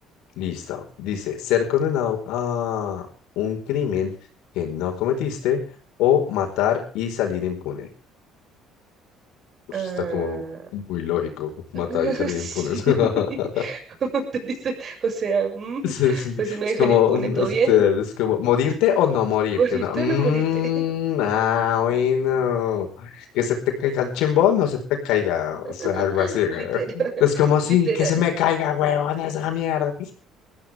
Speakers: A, on the left; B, on the right.
A: Listo. Dice, ser condenado a un crimen que no cometiste o matar y salir impune. Ush,
B: Ah,
A: está como muy lógico, matar
B: <laughs>
A: y salir
B: Sí,
A: impunes. <laughs>
B: <laughs> como tú dices, o sea, mm,
A: <laughs> Es, es- es
B: pues si me dejan
A: como,
B: impune,
A: mm,
B: todo
A: este,
B: bien. <laughs>
A: es como, ¿morirte o no morirte?
B: ¿Morirte
A: Uno, "Mm,
B: o no morirte?
A: ah, bueno, que se te caiga el chimbón, no se te caiga, o
B: <laughs>
A: sea, algo así, güey.
B: Literal,
A: Es
B: <laughs>
A: como, sí,
B: literal.
A: que se me caiga, huevón, esa mierda.